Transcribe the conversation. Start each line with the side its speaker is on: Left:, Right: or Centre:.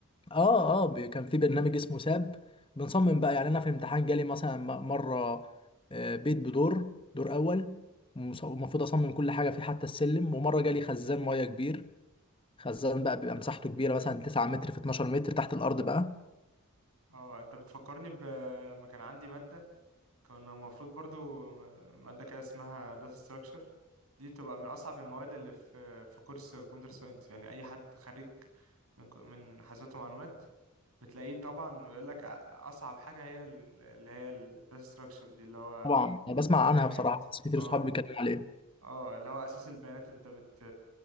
Left: اه اه بي- كان في برنامج اسمه ساب بنصمم بقى يعني انا في الامتحان جالي مثلا م- مره آه، بيت بدور دور اول ومص- ومفروض اصمم كل حاجه فيه حتى السلم ومره جالي خزان ميه كبير خزان بقى بيبقى مساحته كبيره مثلا 9 متر في 12 متر تحت الارض بقى
Right: اه انت بتفكرني ب... لما كان عندي مادة كان المفروض برضو م- مادة كده اسمها داتا ستراكشر دي بتبقى من أصعب المواد اللي في في كورس كمبيوتر ساينس يعني أي حد خارج من ك- من حاسبات ومعلومات بتلاقيه طبعا بيقول لك أ- أصعب حاجة هي ال- اللي هي الداتا ستراكشر دي اللي هو
Left: طبعا انا بسمع
Right: البيانات
Left: عنها بصراحه بس كتير
Right: اه
Left: صحابي بيتكلموا عليها
Right: اه اللي هو اساس البيانات انت بت